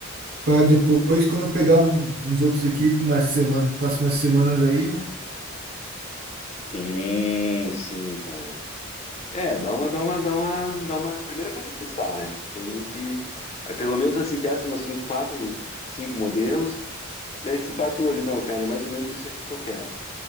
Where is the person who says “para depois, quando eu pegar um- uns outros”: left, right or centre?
Right